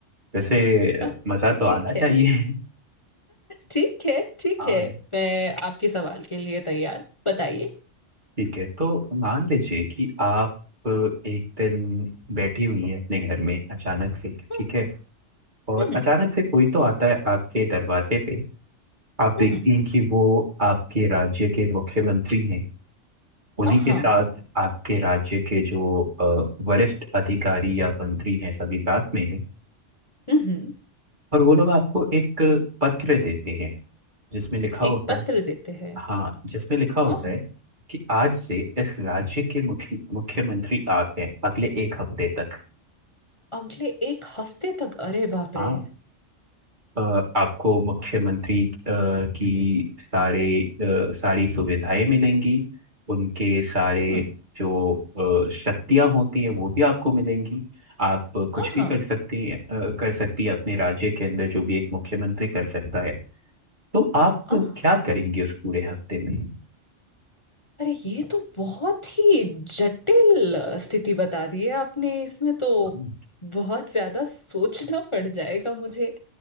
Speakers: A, on the right; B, on the left.
A: वैसे
B: <laughs>
A: अ, मजा तो
B: ठीक
A: आना चाहिए
B: है ठीक है ठीक
A: हाँ
B: है मैं आपके सवाल के लिए तैयार बताइए
A: ठीक है तो मान लीजिए कि आप अ, एक दिन बैठी हुई हैं अपने घर में अचानक से
B: हम्म
A: ठीक है और
B: हम्म
A: अचानक से कोई तो आता है आपके दरवाजे पे आप देखती
B: हम्म
A: हैं कि वो आपके राज्य के मुख्यमंत्री हैं उन्हीं
B: आहा
A: के साथ आपके राज्य के जो अ, वरिष्ठ अधिकारी या मंत्री हैं सभी साथ में हैं
B: हम्म
A: और वो लोग आपको एक पत्र देते हैं जिसमें लिखा होता
B: एक पत्र
A: है
B: देते हैं
A: हाँ जिसमें लिखा होता
B: आहा
A: है कि आज से इस राज्य के मुख्य मुख्यमंत्री आप हैं अगले एक हफ्ते तक
B: अगले एक हफ्ते तक अरे बाप
A: हाँ
B: रे
A: अ, आपको मुख्यमंत्री अ, की सारे अ, सारी सुविधाएं मिलेंगी उनके सारे
B: हम्म
A: जो अ, शक्तियां होती हैं वो भी आपको मिलेंगी आप कुछ
B: आहा
A: भी कर सकती अ, कर सकती है अपने राज्य के अंदर जो भी एक मुख्यमंत्री कर सकता है तो आप क्या
B: आहा
A: करेंगे उस पूरे हफ्ते में
B: अरे ये तो बहुत ही जटिल स्थिति बता दी है आपने इसमें तो
A: हम्म,
B: बहुत ज्यादा सोचना पड़ जाएगा मुझे